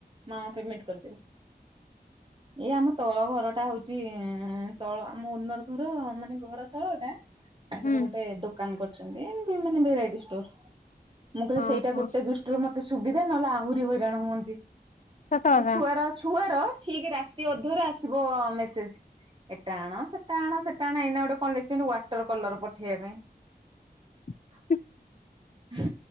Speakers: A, on the right (about 30°); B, on the left (about 50°).
A: ମାମା ପେମେଣ୍ଟ କରିଦେବେ। ଏଇ ଆମ ତଳ ଘରଟା ହୋଉଚି ଚି ତଳ ଆମ ଓନର୍ ଘର ମାନେ ଘର ତଳ ଟା ତାଙ୍କର
B: ହୁଁ
A: ଗୋଟେ ଦୋକାନ କରୁଚନ୍ତି ଏମିତି ମାନେ ଭେରାଇଟି ଷ୍ଟୋର। ମୁଁ କହିଲି
B: ଓହୋ
A: ସେଇଟା ଗୋଟେ ଦୃଷ୍ଟିରୁ ମତେ ସୁବିଧା ନହେଲେ ଆହୁରି ହଇରାଣ ହୁଅନ୍ତି।
B: ସତ କଥା।
A: ଏ ଛୁଆର ଛୁଆର ଠିକ୍ ରାତି ଅଧରେ ଆସିବ ମେସ ଏଟା ଆଣ ସେଟା ଆଣ ସେଟା ଆଣ ଏଇନା ଗୋଟେ କଣ ଲେଖିଚନ୍ତି ୱାଟର କଲର ପଠେଇବା ପାଇଁ। <inaudible>
B: <inaudible>
A: ହୁ।